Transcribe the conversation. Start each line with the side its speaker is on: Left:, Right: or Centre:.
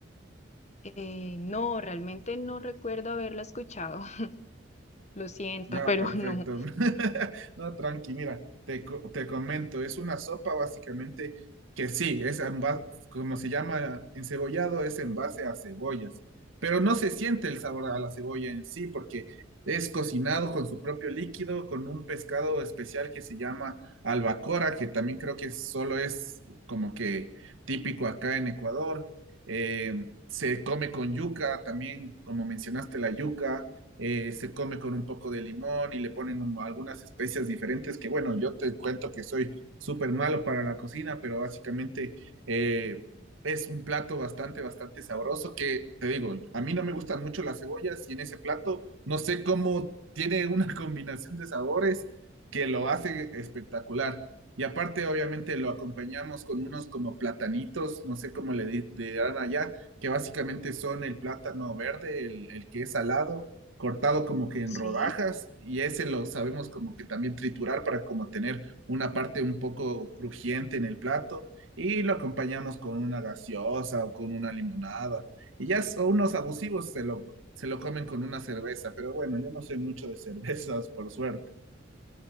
Left: Eh, no, realmente no recuerdo haberla escuchado. <laughs> Lo siento,
Right: Ya,
Left: pero
Right: perfecto.
Left: no.
Right: <laughs> No, tranqui, mira, te, co- te comento, es una sopa básicamente que sí, es en ba- como se llama encebollado, es en base a cebollas, pero no se siente el sabor a la cebolla en sí porque es cocinado con su propio líquido, con un pescado especial que se llama albacora, que también creo que solo es como que típico acá en Ecuador. Eh, se come con yuca, también como mencionaste la yuca eh, se come con un poco de limón y le ponen un- algunas especias diferentes que bueno, yo te cuento que soy súper malo para la cocina, pero básicamente eh, es un plato bastante, bastante sabroso que te digo, a mí no me gustan mucho las cebollas y en ese plato no sé cómo tiene una <laughs> combinación de sabores que lo hace espectacular. Y aparte, obviamente, lo acompañamos con unos como platanitos, no sé cómo le, di- le dirán allá, que básicamente son el plátano verde, el el que es salado, cortado como que en
Left: Sí.
Right: rodajas y ese lo sabemos como que también triturar para como tener una parte un poco crujiente en el plato y lo acompañamos con una gaseosa o con una limonada. Y ya son unos abusivos se lo, se lo comen con una cerveza, pero bueno, yo no soy mucho de cervezas, por suerte.